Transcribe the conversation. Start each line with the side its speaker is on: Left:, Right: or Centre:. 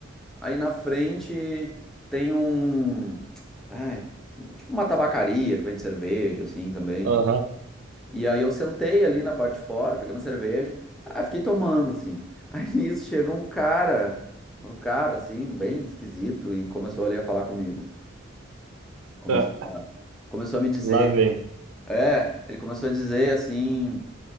Centre: Aí na frente tem um. Ai, tipo uma tabacaria que vende cerveja, assim, também.
Right: aham.
Centre: E aí eu sentei ali na parte de fora, peguei uma cerveja, ah, fiquei tomando, assim. Aí <laughs> nisso chega um cara, um cara, assim, bem esquisito, e começou ali a falar comigo. Começou
Right: Tá.
Centre: a, começou a me dizer,
Right: Lá vem.
Centre: é, ele começou a dizer, assim,